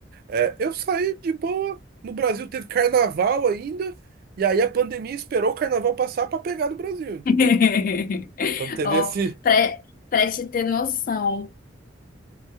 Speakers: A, on the right; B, on the left.
A: É, eu saí de boa. No Brasil teve carnaval ainda. E aí a pandemia esperou o carnaval passar pra pegar no Brasil, entendeu?
B: <laughs>
A: Então teve
B: Ó,
A: esse.
B: pra, pra te ter noção.